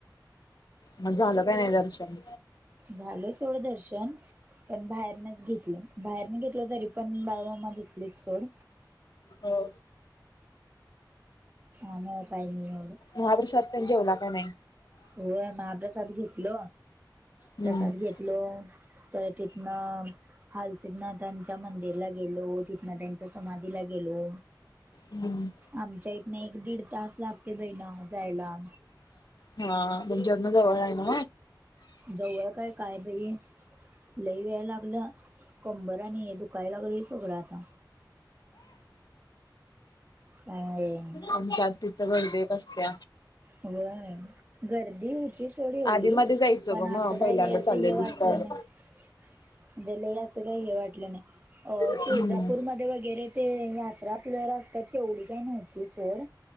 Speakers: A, on the left; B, on the right.
A: म झालं काय नाही दर्शन
B: झालं सोडं दर्शन. पण बाहेरनच घेतली बाहेरन घेतलं तरी पण बाळ मामा घेतली सोड.
A: हो.
B: ह म काय नाही होग.
A: महाप्रसाद पण जेवला का नाही.
B: होय महाप्रसाद घेतल
A: हम्म
B: प्रसाद घेतलो. परतथन हालसिद्नाथांच्या मंदिरला गेलो तीथन नाथ्यांच्या समाधीला गेलो
A: हम्
B: आमच्या इथन एक दीड तास लागते बहिण जायला
A: हा पमच्यातन जवळ आहे ना.
B: जाऊळ काय काय बई लई याय लागलं. कंबर आणि दुखायलागलं सगळं आता ह
A: आमच्या आत तिथं गर्दी कसते
B: व गर्दी होती ती सोडी एवढी
A: आधी मध्ये जायचं
B: पण
A: ग मग
B: असं
A: पहिल्यांदा
B: राहिल असं
A: चाललेलीस
B: हे वाटलं
A: तर
B: नाही े ल अस काही हे वाटलं नाही अ
A: हम्म
B: तुळजापूरमध्येध्ये वगैरे ते यात्रा आपल्याला असतात तेवढी काही नव्हती फोर